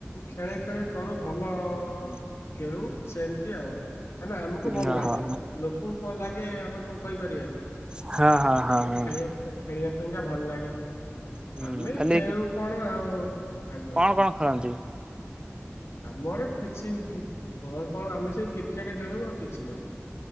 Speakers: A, on the left (about 65°); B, on the right (about 20°).
A: ଖେଳି ଖେଳି କରୁ ଭଲ
B: ହୁଁ।
A: ଖେଳୁ ସେମିତି ଆଉ ମାନେ ଆମକୁ ଭଲ
B: ହଁ
A: ଲାଗେ।
B: ହଁ
A: ଲୋକ କଙ୍କୁ କଣ ଲାଗେ ଆମେ କଣ କହିପାରିବା କି
B: ହଁ ହଁ ହଁ
A: ଆମକୁ
B: ହଁ
A: ଖେଳିବା ଖେଳିବା ପାଇଁକା ଭଲ ଲାଗେ।
B: ହୁଁ
A: ଆମେ
B: ଖାଲି
A: ଖେଳୁ କଣ ଆଉ ଆଜ୍ଞା
B: କଣ କଣ ଖେଳନ୍ତି?
A: ଆମର କିଛି କଣ କଣ ଆମେ ସେଇ କ୍ରିକେଟ ଖେଳୁ ଆଉ କିଛି ନାହିଁ।